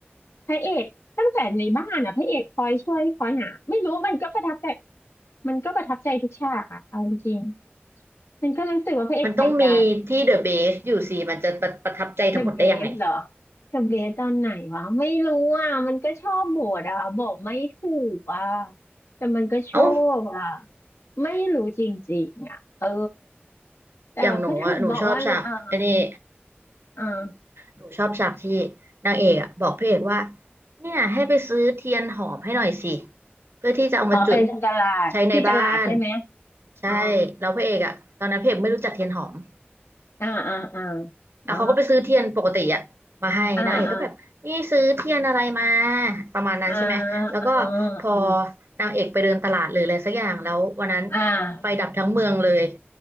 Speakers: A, on the left (about 85°); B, on the right (about 70°).
A: พระเอกตั้งแต่ในบ้านอ่ะพระเอกคอยช่วยคอยหาไม่รู้มันก็ประทับใจมันก็ประทับใจทุกฉากอ่ะเอาจริงๆมันก็รู้สึกว่าพระเอกใส่ใจ
B: มันต้องมีที่เดอะเบสอยู่สิมันจะประประทับใจทั้งหมดได้ยังไง
A: เดอะเบสเหรอเดอะเบสตอนไหนวะไม่รู้อ่ะมันก็ชอบโบดอ่ะบอกไม่ถูกอ่ะแต่มันก็ชอบอ่ะ
B: เอ้า
A: ไม่รู้จริงๆอ่ะเออแต่ก็ถึงบอกว่าเ่ออ่า
B: อย่างหนูอะหนูชอบฉากไอ้นี่
A: อ่า
B: หนูชอบฉากที่นางเอกอะบอกพระเอกว่าเนี่ยให้ไปซื้อเทียนหอมให้หน่อยสิเพื่อที่จะเอามาจุด
A: อ๋อไปตลาดที่ตลาดใช่ไหม
B: ใช้ในบ้านใช่
A: อ๋อ
B: แล้วพระเอกอะตอนนั้นพระเอกไม่รู้จักเทียนหอม
A: อ่าอ่าอ่าอ่า
B: อ่ะเขาก็ไปซื้อเทียนปกติอะมาให้นางเอกก็แบบนี่ซื้อเทียนอะไรมา
A: อ่าอ่า
B: ประมาณนั้นใช่ไหมแล้วก็พอ
A: อ่าอ่าอ่า
B: นางเอกไปเดินตลาดหรืออะไรสักอย่างแล้ววันนั้น
A: อ่า
B: ไฟดับทั้งเมืองเลย